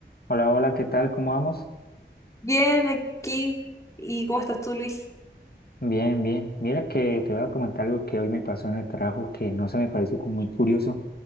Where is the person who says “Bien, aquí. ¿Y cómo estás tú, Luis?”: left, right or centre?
Left